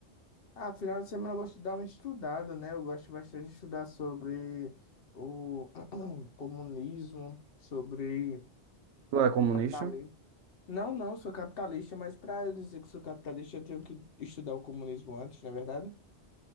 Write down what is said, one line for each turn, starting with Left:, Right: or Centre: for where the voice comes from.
Left: Ah, final de semana eu gosto de dar uma estudada, né? Eu gosto bastante de estudar sobre o <clears throat> comunismo, sobre
Right: Tu é comunista?
Left: capitalismo. Não, não, sou capitalista, mas para eu dizer que sou capitalista, eu tenho que estudar o comunismo antes, não é verdade?